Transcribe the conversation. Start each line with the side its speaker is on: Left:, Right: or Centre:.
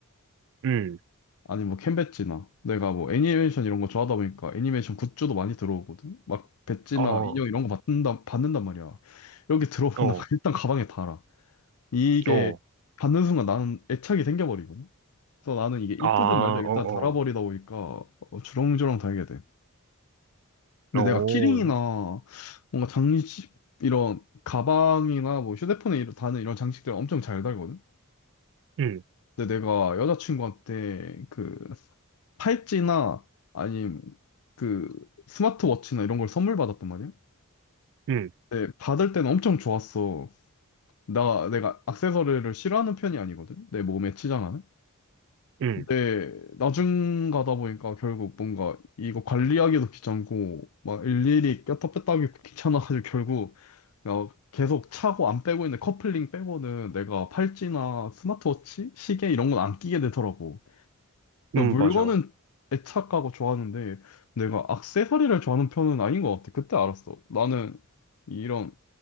Right: 응,
Left: 아니 뭐 캔배지나 내가 뭐 애니메이션 이런 거 좋아하다 보니까 애니메이션 굿즈도 많이 들어오거든. 막 배지나
Right: 어,
Left: 인형 이런 거 받는다 받는단 말이야. 여기 들어오면
Right: 어,
Left: 나 <laughs> 일단 가방에 달아. 이게
Right: 어,
Left: 받는 순간 나는 애착이 생겨버리거든. 그래서 나는 이게 이쁘든
Right: 아,
Left: 말든 일단
Right: 어,
Left: 달아버리다 보니까 어, 주렁주렁 달게 돼. 근데
Right: 어, 어,
Left: 내가 키링이나 뭔가 장식 이런 가방이나 뭐 휴대폰에 이런 다는 이런 장식들 엄청 잘 달거든.
Right: 응,
Left: 근데 내가 여자친구한테 그 팔찌나 아니면 그 스마트워치나 이런 걸 선물 받았단 말이야.
Right: 응,
Left: 근데 받을 때는 엄청 좋았어. 나 내가 액세서리를 싫어하는 편이 아니거든. 내 몸에 치장하는.
Right: 응,
Left: 근데 나중 가다 보니까 결국 뭔가 이거 관리하기도 귀찮고 막 일일이 꼈다 뺐다 하기 귀찮아가지고 결국 어, 계속 차고 안 빼고 있는 커플링 빼고는 내가 팔찌나 스마트워치, 시계 이런 건 안 끼게 되더라고. 그러니까
Right: 응,
Left: 물건은
Right: 맞아.
Left: 애착하고 좋아하는데 내가 액세서리를 좋아하는 편은 아닌 것 같아. 그때 알았어. 나는 이런